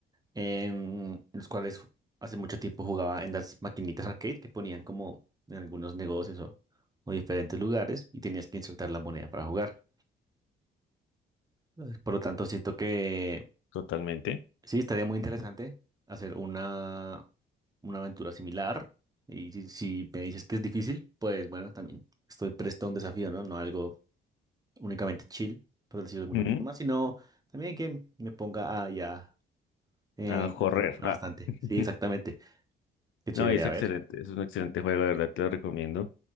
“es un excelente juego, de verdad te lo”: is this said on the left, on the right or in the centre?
Left